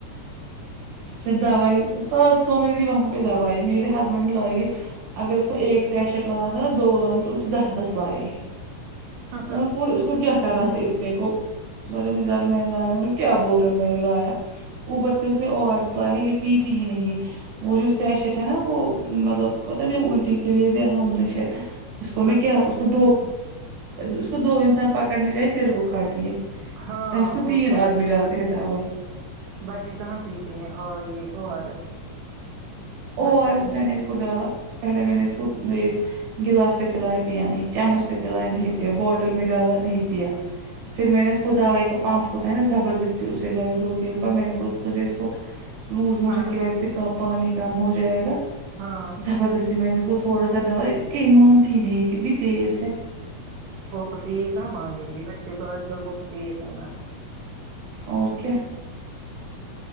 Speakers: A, on the right; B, on the right.
A: پھر دوائی سات سو میں دی وہاں پہ دوائی میرے ہسبینڈ نے لائیے اگر اس کو ایک سچٹ لانا تھا نا دو لائنے تو اس دس دس لائے ہے یہ
B: ہاں
A: میں اس کو اس کو کیا کرنا چائے اتے کو بڑے مجھ میں لایا میں نے کیا بول رہے ہو میں نے لایا اوپر سے اس نے او ار اس لایا یہ پیتی ہی نہیں وہ جو سیشٹ ہے نا وہ مطلب پتا نہیں الٹی کے لیے دیا تھا انہوں نے شاید اس کو میں
B: اچھا
A: کیا اس کو دو اس کو دو انسان پکڑنے چاہیے پھر وہ کھاتی ہے
B: ہاں
A: اس کو
B: اور
A: تین
B: کیا بچے
A: آدمی ڈالتے
B: تو
A: ہیں دوائی
B: بچے کہاں پیتے ہیں ہے یہ O R S
A: O
B: بچے
A: R ایس میں نے اس کو ڈالا پہلے میں نے اس کو گلاس سے پلایا پیا نہیں چمچ سے پلایا نہیں پیا بوٹل میں ڈالا نہیں پیا پھر میں نے اس کو دوائی کا پمپ ہوتا ہے نا زبردست اسے درد ہوتی ہے پر میں نے بولا سوچے اس کو لوز موشن
B: فارق
A: کی وجہ سے کا پانی کم ہو جائے گا
B: ہاں
A: زبردستی میں نے اس کو تھوڑا سا ڈالا کہ یہ مانتی ہی نہیں ہے یہ کتنی تیز ہے
B: ہو تو یہ کہاں مانے گی بچے تو آج کل بہت تیز ہیں نا
A: اور کیا